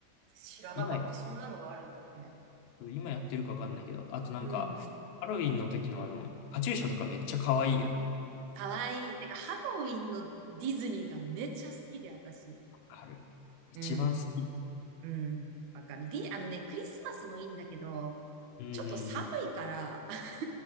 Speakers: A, on the right (about 80°); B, on the left (about 70°).
A: 知らなかった。
B: 今や、
A: そんなのがあるんだね。ね
B: 今やってるかわかんないけど、あとなんか、
A: うん。
B: ハロウィンの時のあの、カチューシャとかめっちゃ可愛いよね。
A: かわいい。てか、ハロウィンのディズニーがめちゃ好きで、私。
B: わかる。一番好き。
A: うん。うん。わかる。ディあのね、クリスマスもいいんだけど、
B: うんうんうん。
A: ちょっと寒いから、<laughs>